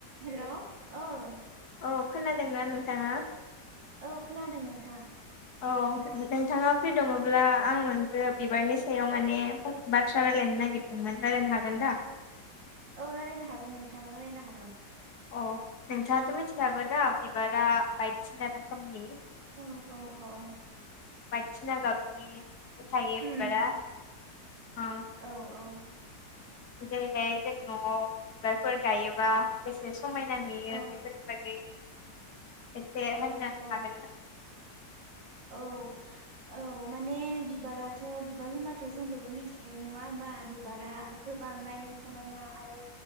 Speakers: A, on the right (about 80°); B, on the left (about 60°).
A: हेल' औ
B: अह खोनादोंना नोंथाङा
A: औ खोनादों नोंथां
B: अह नोंथाङा फ्रि दङब्ला आं नोंजो बिबारनि सायाव माने फं बाथ्रा रायलायनो नागिदोंमोन रायलायनो हागोन दा
A: औ रायलायनो हागोन नोंथां रायलायनो हागोन
B: अह नोंथाङाथ' मिथिखागोन दा बिबारा बायदिसिना रोखोमनि
A: औ औ औ
B: सिना गाबनि थायो
A: उम
B: बिबारा ओ
A: औ औ
B: जेरैहाय जों न'आव बिबारफोर गायोबा बेसे समायना नुयो
A: औ
B: बेफोरनि बागै एसे
A: औ
B: होननो
A: औ
B: हागोनना
A: औ औ माने बिबाराथ' बिबार होनबाथ' जों बयबो मिथिखायो नङा ओम बा बिबारा गोबां नायनो समायना आरो